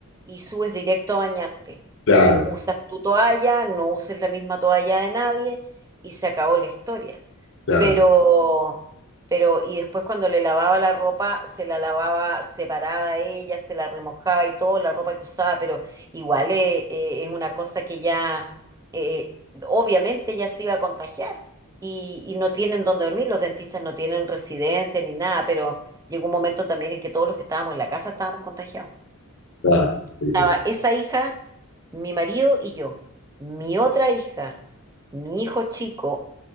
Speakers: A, on the right; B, on the left.
A: y subes directo a bañarte.
B: claro,
A: Usas tu toalla, no uses la misma toalla de nadie y se acabó la historia
B: claro,
A: pero, pero, y después cuando le lavaba la ropa, se la lavaba separada a ella, se la remojaba y todo, la ropa que usaba, pero igual eh, eh, es una cosa que ya, eh, obviamente ya se iba a contagiar y, y no tienen dónde dormir, los dentistas no tienen residencia ni nada, pero llegó un momento también en que todos los que estábamos en la casa estábamos contagiados.
B: claro. Sí,
A: Estaba
B: sí.
A: esa hija, mi marido y yo, mi otra hija, mi hijo chico,